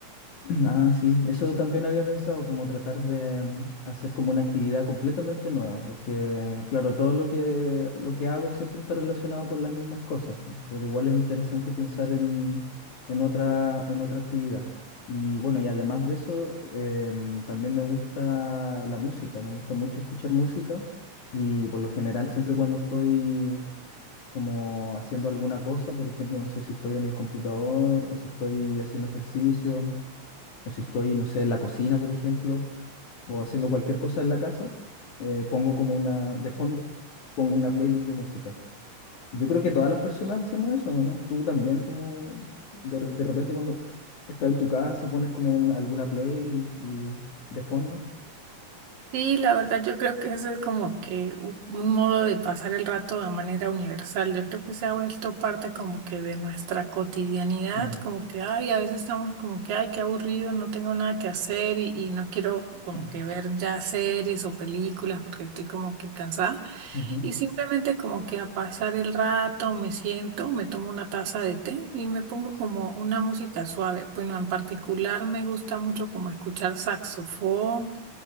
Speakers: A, on the left; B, on the right.
A: Ah, sí, eso también había pensado, como tratar de mm, hacer como una actividad completamente nueva, porque claro, todo lo que, lo que hago siempre está relacionado con las mismas cosas, pero igual es interesante pensar en, en otra, en otra actividad. Y bueno, y además de eso, em, también me gusta la música, me gusta mucho escuchar música y por lo general siempre cuando estoy como haciendo alguna cosa, por ejemplo, no sé si estoy en el computador o si estoy haciendo ejercicio o si estoy, no sé, en la cocina, por ejemplo, o haciendo cualquier cosa en la casa, eh, pongo como una, de fondo, pongo una playlist de música. Yo creo que todas las personas hacemos eso, ¿no? Tú también como, de, re- de repente cuando estás en tu casa, pones como una- alguna playlist y, de fondo.
B: Sí, la verdad yo creo que ese es como que u- un modo de pasar el rato de manera universal. Yo creo que se ha vuelto parte como que de nuestra cotidianidad,
A: Mm.
B: como que, ay, a veces estamos como que, ay, qué aburrido, no tengo nada que hacer y, y no quiero
A: <clears throat>
B: como que ver ya series o películas porque estoy como que cansada.
A: Ujú.
B: Y simplemente como que a pasar el rato me siento, me tomo una taza de té y me pongo como una música suave. Bueno, en particular me gusta mucho como escuchar saxofón.